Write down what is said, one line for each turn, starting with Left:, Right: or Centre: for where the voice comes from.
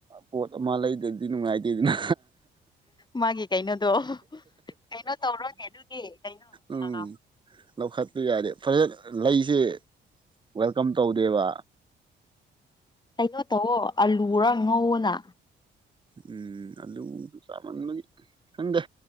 Right: ꯄꯣꯠ ꯑꯃ ꯂꯩꯗꯗꯤ ꯅꯨꯡꯉꯥꯏꯇꯦꯗꯅ
Left: ꯃꯥꯒꯤ ꯀꯩꯅꯣꯗꯣ ꯀꯩꯅꯣ ꯇꯧꯔꯣꯅꯦ ꯑꯗꯨꯗꯤ ꯀꯩꯅꯣ
Right: ꯎꯝ
Left: ꯑ
Right: ꯂꯧꯈꯠꯄ ꯌꯥꯗꯦ ꯐꯖꯅ ꯂꯩꯁꯦ ꯋꯦꯜꯀꯝ ꯇꯧꯗꯦꯕ
Left: ꯀꯩꯅꯣ ꯇꯧꯑꯣ ꯑꯂꯨꯔ ꯉꯧꯅ
Right: ꯎꯝ ꯑꯂꯨ ꯆꯃꯥꯟꯕꯒꯤ ꯈꯪꯗꯦ